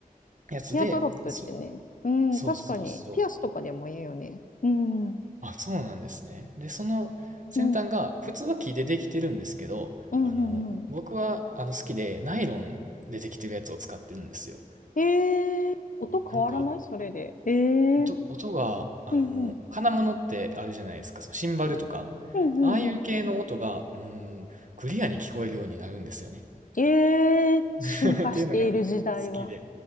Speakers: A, on the right; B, on the left.
A: ん、やつで、
B: ティアドロップってね。
A: そ、
B: うん、
A: そうそうそう。
B: 確かに。ピアスとかでも言うよね。うん。うん。
A: あ、そうなんですね。で、その先端が、
B: うん
A: 普通は木でできてるんですけど、
B: うんう
A: あの、僕はあの好きで、ナイロンでできてるやつを使ってるんですよ。
B: ん。えー、音変わらないそれで。
A: なんか、
B: えー、
A: 音、音が、あの、
B: うんうん。
A: 金物ってあるじゃないですか、そのシンバルとか、
B: うんうんうん。
A: ああいう系の音が、うん、クリアに聞こえるようになるんですよね。
B: ええ進化している時代は。
A: <laughs> っていうのが好きで。